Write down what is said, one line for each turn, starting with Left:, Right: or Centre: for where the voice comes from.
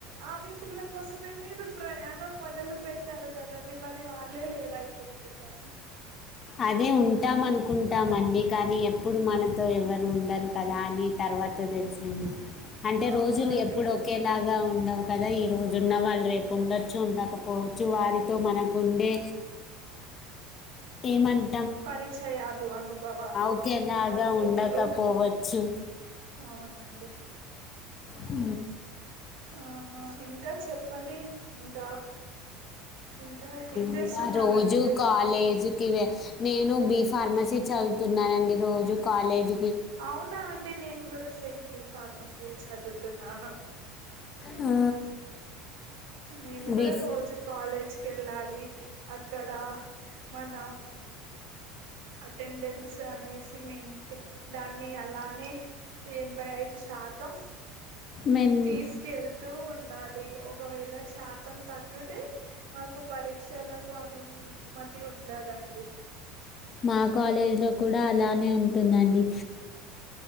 Right: ఆ మిత్రుల కోసమే మీరు ప్రయాణం మొదలు పెట్టారు కదండి మరి అలే లేరా ఇప్పుడు మీతోని
Left: అదే ఉంటామనుకున్నాం నకుంటామండి కానీ ఎప్పుడు మనతో ఎవరు రు ఉండరు కదా అని తర్వాత తెలిసింది అంటే
Right: అవునండి
Left: రోజులు ఎప్పుడు ఒకేలాగా ఉండవు కదా ఈరోజు ఉన్నవాళ్ళు రేపు ఉండొచ్చు ఉండకపోవచ్చు వారితో మనకుండే ఏమంట
Right: పరిచయాలు అనుభవాలు
Left: ఒకేలాగా
Right: అనుభూతులు
Left: ఉండకపోవచ్చు
Right: అవునండి
Left: అ
Right: ఆ ఇంకా, చెప్పండి ఇంకా? ఇంకా ఏం చేస్తున్నారండి
Left: ఇంకా రోజు
Right: మీరు
Left: కాలేజీకి వె నేను బి ఫార్మసీ చదుతున్నానండి, రోజు కాలేజ్
Right: అవునా అండి, నేను కూడా సేమ్ టూ యూ ఫార్మసీయే చదువుతున్నాను.
Left: ఆ
Right: నేను కూడా
Left: బీ
Right: రోజు కాలేజ్కిళ్ళాలి అక్కడ మన అటెండెన్స్ అనేసి మెయింటే దాన్ని అలానే ఎనభై ఐదు శాతం
Left: మెన్
Right: తీసుకెళ్తూ ఉండాలి ఒకవేళ శాతం తగ్గితే మాకు పరీక్షలకు అనుమతి ఉండదండి
Left: మా కాలేజీ లో కూడా డా అలానే ఉంటుందండి.